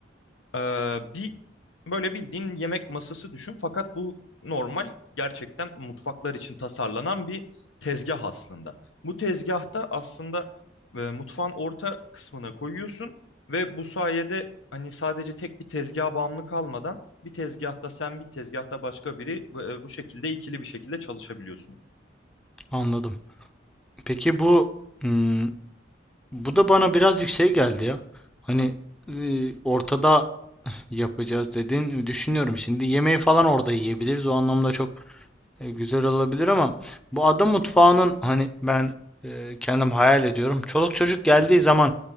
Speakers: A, on the left; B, in the centre.
A: ee, bir böyle bildiğin yemek masası düşün fakat bu normal gerçekten mutfaklar için tasarlanan bir tezgah aslında. Bu tezgahta aslında e, mutfağın orta kısmına koyuyorsun ve bu sayede hani sadece tek bir tezgaha bağımlı kalmadan bir tezgahta sen bir tezgahta başka biri e, bu şekilde ikili bir şekilde çalışabiliyorsunuz.
B: Anladım. Peki bu hmm, bu da bana biraz yüksek geldi ya. Hani e, ortada yapacağız dedin. Düşünüyorum şimdi yemeği falan orada yiyebiliriz. O anlamda çok e, güzel olabilir ama bu ada mutfağının hani ben e, kendim hayal ediyorum. Çoluk çocuk geldiği zaman